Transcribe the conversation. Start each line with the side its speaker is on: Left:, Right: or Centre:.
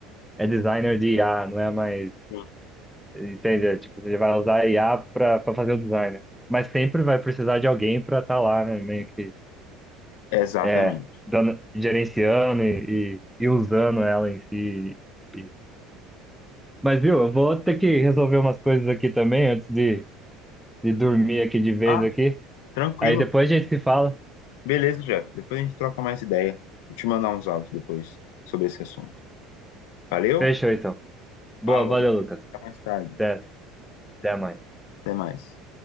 Centre: é, é designer de IA, não é mais,
Left: Sim.
Centre: entende? É, tipo, você vai usar a IA para fazer o design, né? Mas sempre vai precisar de alguém para estar lá, né? Meio que
Left: Exatamente.
Centre: É, dando, gerenciando e, e, e usando ela em si. E- Mas, viu, eu vou ter que resolver umas coisas aqui também antes de, de dormir aqui de vez
Left: Ah,
Centre: aqui.
Left: tranquilo.
Centre: Aí depois a gente se fala.
Left: Beleza, Jeff. Depois a gente troca mais ideia. Vou te mandar uns áudios depois sobre esse assunto. Valeu?
Centre: Fechou, então. Boa,
Left: Falou,
Centre: valeu,
Left: então.
Centre: Lucas.
Left: Até mais tarde.
Centre: Até, até mais.
Left: Até mais.